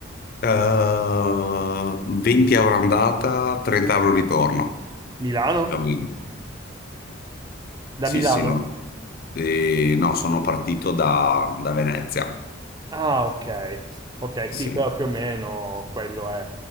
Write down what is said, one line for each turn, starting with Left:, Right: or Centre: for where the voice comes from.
Left: Eh, 20 euro andata, 30 euro ritorno,
Right: Milano?
Left: più o meno. Sì,
Right: Da Milano?
Left: sì, no. Eh, no, sono partito da, da Venezia.
Right: Ah, ok, ok,
Left: Sì,
Right: sì, però più o meno quello è.